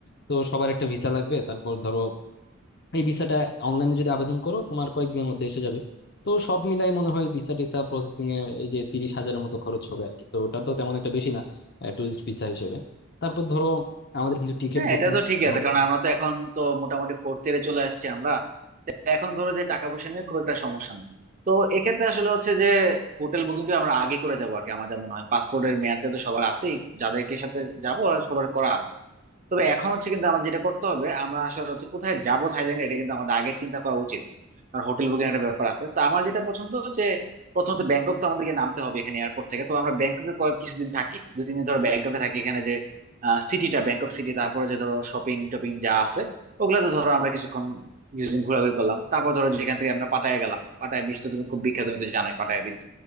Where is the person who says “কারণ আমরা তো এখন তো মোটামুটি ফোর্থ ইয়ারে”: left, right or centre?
Right